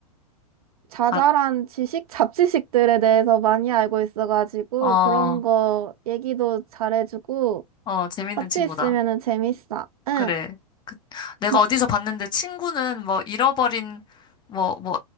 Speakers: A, on the right (about 65°); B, on the left (about 20°).
A: 자잘한
B: 아,
A: 지식, <laughs> 잡지식들에 대해서 많이 알고 있어가지고
B: 어,
A: 그런 거 얘기도 잘해주고
B: 어, 재밌는
A: 같이
B: 친구다.
A: 있으면은 재밌어. 응,
B: 그래. 그, 내가
A: 너
B: 어디서 봤는데 친구는 뭐 잃어버린, 뭐, 뭐,